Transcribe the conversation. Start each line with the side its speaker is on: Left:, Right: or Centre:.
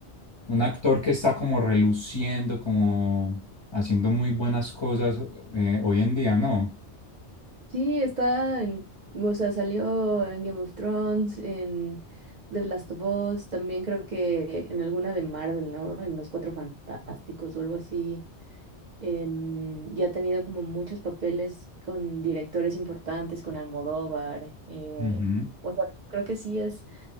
Left: un actor que está como reluciendo, como haciendo muy buenas cosas eh, hoy en día, ¿no?
Right: Sí, está en, o sea, salió en Game of Thrones, en The Last of Us, también creo que en alguna de Marvel, ¿no? En Los Cuatro Fantásticos o algo así. Em, y ha tenido como muchos papeles con directores importantes, con Almodóvar. eh,
Left: Ujú,
Right: o sea, creo que sí es